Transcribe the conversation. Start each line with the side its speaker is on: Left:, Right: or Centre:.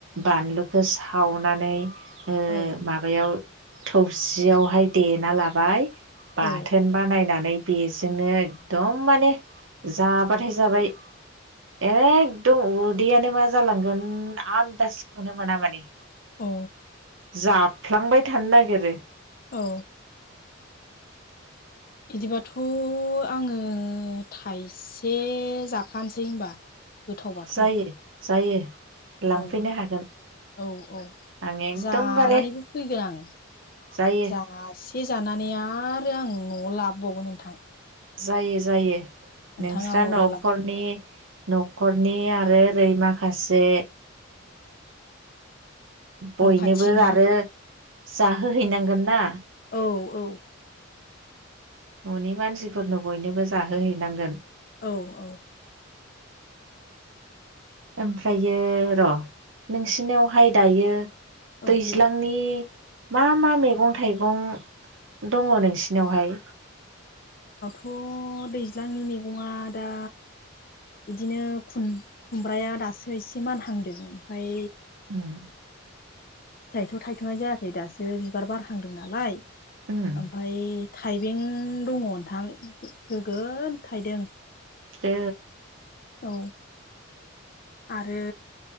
Right: बानलुखौ सावनानै ओ
Left: औ
Right: माबायाव थौबसियावहाय देना लाबाय बाथोन
Left: औ
Right: बानायनानै बेजोंनो एकदम माने जाबाथाय जाबाय एखदम उदैयानो मा जालांगोन आदाजखौनो मोना माने
Left: अ
Right: जाफ्लांबाय थानो नागिरो
Left: औ बिदिबाथ' आंङो थाइसे जाखानोसै होनबा गोथावबाथ'
Right: जायो जायो लांफैनो
Left: औ
Right: हागोन
Left: औ औ
Right: आं एकदमबारे
Left: जानानैबो फैगोन आंङो
Right: जायो
Left: जासे जानानै आरो आं न'आव लाबोबावगोन नोंथां
Right: जायो जायो
Left: नोंथाङा
Right: नोंस्रा
Left: हरोब्ला
Right: न'खरनि न'खरनि आरो आरो ओरै माखासे
Left: न'
Right: बयनोबो
Left: खाथिनि
Right: आरो जाहोहैनांगोन
Left: औ
Right: ना
Left: औ औ
Right: न'नि मानसिफोरनो बयनोबो जाहोहैनांगोन
Left: औ औ।
Right: ओमफ्रायो र' नोंसिनियावहाय दायो
Left: औ
Right: दैज्लांनि मा मा मेगं थाइगं दङ नोंसिनावहाय?
Left: थ' दैज्लांनि मेगङा दा इदिनो खुम-खुमब्राया दासो एसे मानहांदों। ओमफाय
Right: उम।
Left: फिथाइथ' थायथ'नाय जायाखै दासो बिबार बारहांदों नालाय।
Right: उम
Left: ओमफाय थाइबें दङ नोंथां गोगोम थाइदों।
Right: दो।
Left: औ। आरो